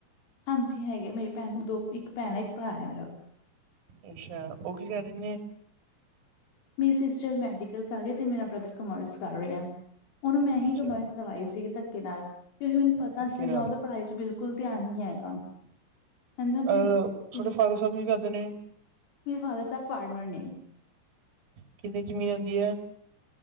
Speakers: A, on the left; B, on the right.
A: ਹਾਂਜੀ ਹੈਗੇ, ਮੇਰੀ ਭੈਣ ਦੋ ਇੱਕ ਭੈਣ ਹੈ, ਇੱਕ ਭਰਾ ਹੈ ਮੇਰਾ
B: ਅੱਛਾ ਉਹ ਕੀ ਕਹਿ ਰਹੇ ਨੇ?
A: ਮੇਰੀ ਸਿਸਟਰ ਮੈਡੀਕਲ ਕਰ ਰਹੀ ਤੇ ਮੇਰਾ ਬ੍ਰਦਰ ਕਾਮਰਸ ਕਰ ਰਿਹਾ ਆ। ਉਹਨੂੰ ਮੈਂ ਹੀ
B: ਬੱਚੇ
A: ਕਮਰਸ ਦਵਾਈ ਸੀਗੀ ਧੱਕੇ ਨਾਲ, ਕਿਉਂਕਿ ਮੈਨੂੰ ਪਤਾ
B: ਧੱਕੇ
A: ਸੀਗਾ
B: ਨਾਲ
A: ਉਹਦਾ ਪੜ੍ਹਾਈ ਚ ਬਿਲਕੁਲ ਧਿਆਨ ਨੀ ਹੈਗਾ। ਹਾਂਜੀ ਹਾਂਜੀ।
B: ਅ ਤੁਹਾਡੇ
A: ਤੇ
B: ਫਾਦਰ ਸਾਹਿਬ ਵੀ ਕਰਦੇ ਨੇ?
A: ਮੇਰੇ ਫਾਦਰ ਸਾਹਿਬ ਫਾਰਮਰ ਨੇ।
B: ਕਿੰਨੀ ਜ਼ਮੀਨ ਆਉਂਦੀ ਹੈ।